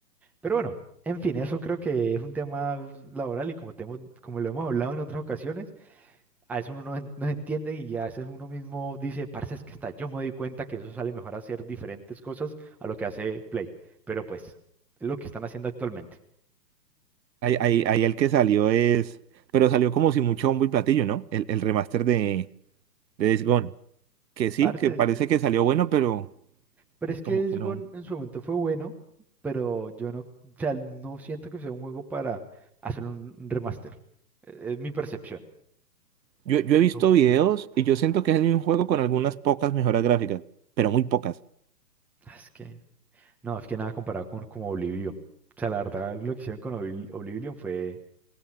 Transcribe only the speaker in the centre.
Pero bueno, en fin, eso creo que es un tema laboral y como, te hemos- como lo hemos hablado en otras ocasiones, a veces uno no, en- no entiende y a veces uno mismo dice, parce, es que está, yo me doy cuenta que eso sale mejor hacer diferentes cosas a lo que hace Play. Pero pues, es lo que están haciendo actualmente.
Parce,
Pero es
que Days
Gone en su momento fue bueno, pero yo no, o sea, no siento que sea un juego para hacer un remaster. Eh, Es mi percepción.
No.
Es que, no, es que nada comparado con como Oblivion. O sea, la verdad, lo que hicieron con Obli- Oblivion fue,